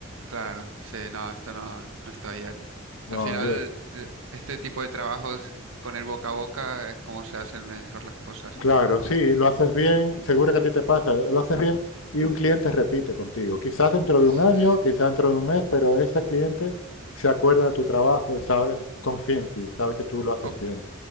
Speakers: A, on the right; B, on the left.
A: Claro, sí, no, esto no, no está bien.
B: No,
A: Al final,
B: yo,
A: eh, este tipo de trabajos con el boca a boca es como se hacen mejor las cosas.
B: Claro, sí, lo haces bien, seguro que a ti te pasa, lo haces bien y un cliente repite contigo. Quizás dentro de
A: Sí.
B: un año, quizás dentro de un mes, pero ese cliente se acuerda de tu trabajo y sabe confía en ti, sabe que tú lo haces
A: O,
B: bien.